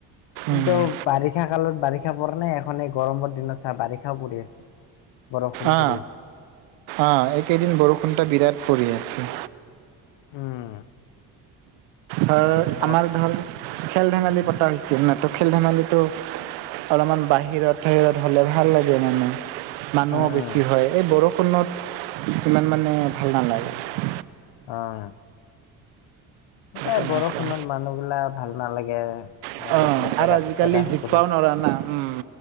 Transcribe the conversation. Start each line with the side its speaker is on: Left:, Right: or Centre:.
Left: কিন্তু
Right: উম।
Left: বাৰিষা কালত বাৰিষা পৰণে, এখনে এই গৰমৰ দিনত চা বাৰিষাও পৰি। বৰষুণ
Right: অ
Left: পৰি আছে
Right: অ এইকেইদিন বৰষুণটো বিৰাট পৰি আছে।
Left: উম।
Right: ধৰ
Left: বহুত
Right: আমাৰ ধৰ খেল ধেমালি পতা হৈ হৈছিল। নাতো খেল ধেমালিটো অলপমান বাহিৰত-চাহিৰত হ'লে ভাল লাগে মানে। মানুহ
Left: উম
Right: বেছি
Left: উম
Right: হয়। এই বৰষুণত ইমান মানে ভাল নালাগে।
Left: অহ। এই
Right: তেনেকুৱা
Left: বৰষুণত মানুহ বিলাক ভাল নালাগে
Right: অ',
Left: অলপ লেতেৰা
Right: আৰু আজিকালি
Left: পেতেৰা
Right: জিকপাও
Left: কৰি
Right: নৰা না উম।